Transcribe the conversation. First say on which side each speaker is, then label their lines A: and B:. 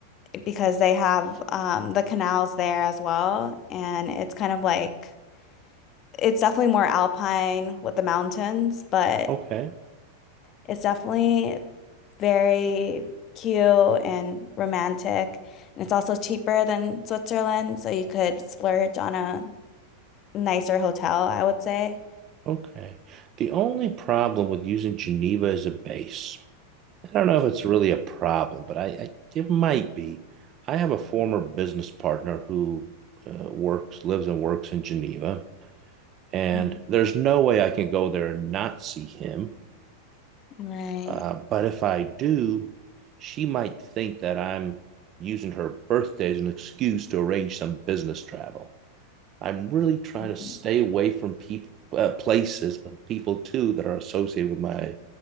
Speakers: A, on the left; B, on the right.
A: because they have um, the canals there as well. And it's kind of like, it's definitely more alpine with the mountains, but.
B: Okay.
A: It's definitely very cute and romantic. And it's also cheaper than Switzerland, so you could splurge on a nicer hotel, I would say.
B: Okay. The only problem with using Geneva as a base, I don't know if it's really a problem, but I, I it might be. I have a former business partner who uh, works, lives and works in Geneva, and
A: Mm,
B: there's no way I can go there and not see him
A: Right.
B: Uh, but if I do, she might think that I'm using her birthday as an excuse to arrange some business travel. I'm really trying
A: Mhm.
B: to stay away from people, uh, places, but people too that are associated with my